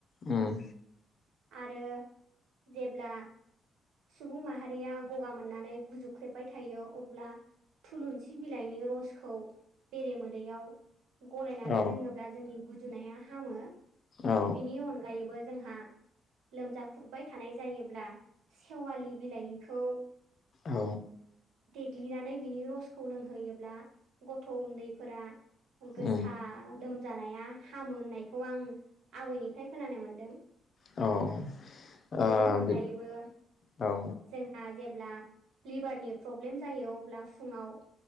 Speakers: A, on the left (about 50°); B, on the right (about 80°).
A: उम
B: आरो जेब्ला सुबुं माहारिया गगा मोननानै गुजुख्रेबबाय थायो अब्ला थुलुंसि बिलाइनि रसखौ बेरेमोदैयाव गलायनानै
A: औ
B: लोङोब्ला जोंनि गुजुनाया हामो
A: औ
B: बिनि अनगायैबो जोंहा लोमजा खुरबाय थानाय जायोब्ला सेवालि बिलाइखौ
A: औ
B: देग्लिनानै बिनि रसखौ लोंहोयोब्ला गथ' उन्दैफोरा गोसा
A: उम
B: लोमजानाया हामो होननायखौ आं आबैनिफ्राय खोनानो मोन्दों।
A: औ
B: बेनि
A: ओ
B: अनगायैबो
A: बि औ
B: जोंहा जेब्ला लिभारनि प्रब्लेम जायो अब्ला फुङाव